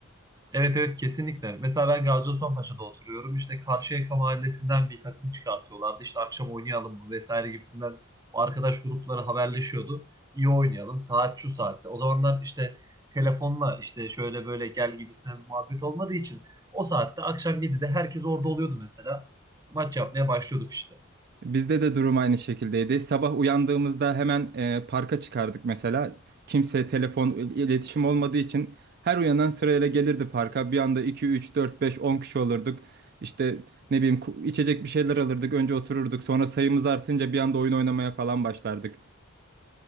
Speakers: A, on the right (about 20°); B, on the right (about 50°).
A: Evet evet kesinlikle. Mesela ben Gazi Osman Paşa'da oturuyorum. İşte Karşıyaka Mahallesi'nden bir takım çıkartıyorlardı. İşte akşam oynayalım mı vesaire gibisinden o arkadaş grupları haberleşiyordu. İyi oynayalım. Saat şu saatte. O zamanlar işte telefonla işte şöyle böyle gel gibisinden muhabbet olmadığı için o saatte akşam 7'de herkes orada oluyordu mesela. Maç yapmaya başlıyorduk işte.
B: Bizde de durum aynı şekildeydi. Sabah uyandığımızda hemen e, parka çıkardık mesela. Kimse telefon il- iletişim olmadığı için her uyanan sırayla gelirdi parka. Bir anda 2 3 4 5 10 kişi olurduk. İşte ne bileyim ku- içecek bir şeyler alırdık. Önce otururduk. Sonra sayımız artınca bir anda oyun oynamaya falan başlardık.